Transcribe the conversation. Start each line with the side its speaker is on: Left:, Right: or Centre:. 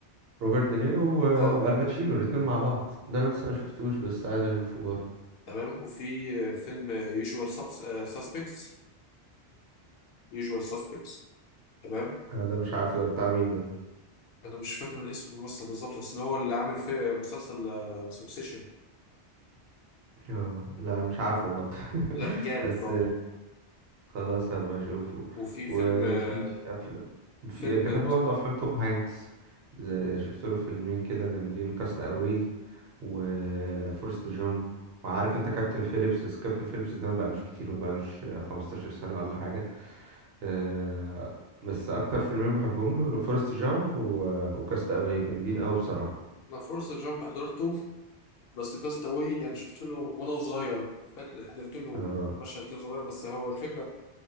Right: روبرت دينيرو و-
Left: اه
Right: والباتشينو الاتنين مع بعض ده انا لسه ما شفتوش بس عايز اشوفه برضه
Left: تمام وفي آه، فيلم يوجوال ساسبكتس يوجوال ساسبكتس تمام
Right: آه، ده مش عارف ده بتاع مين ده
Left: انا مش فاكر اسم الممثل بالظبط بس هو اللي عامل في مسلسل سوكسيشن
Right: اه لا مش عارفه برضه
Left: لا جامد
Right: <laughs> بس
Left: برضه
Right: خلاص هبقى اشوفه
Left: وفي
Right: وفي
Left: فيلم آه،
Right: افلام
Left: فيلم
Right: في بحب برضه افلام توم هانكس زي- شفت له فيلمين كده جامدين كاست اواي وفورست جامب وعارف انت كابتن فيليبس بس كابتن فيليبس ده ما بقالوش كتير ما بقالوش 15 سنة ولا حاجة آه، بس اكتر فيلمين بحبهم له اللي فورست جامب و... وكاست اواي جامدين قوي بصراحه
Left: انا فورست جامب حضرته بس كاستاوي يعني شفت له وانا صغير فاكر حضرت له
Right: اه
Left: مشهد كده صغير بس هو الفكره